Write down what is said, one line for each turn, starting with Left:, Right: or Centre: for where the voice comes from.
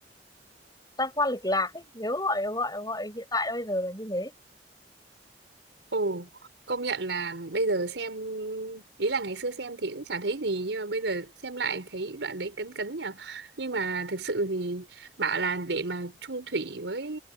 Left: tam quan lịch lạc ấy nếu gọi gọi gọi hiện tại bây giờ là như thế
Right: Ồ, công nhận là bây giờ xem ý là ngày xưa xem thì cũng chả thấy gì nhưng mà bây giờ xem lại thấy đoạn đấy cấn cấn nhỉ. Nhưng mà thực sự thì bảo là để mà chung thủy với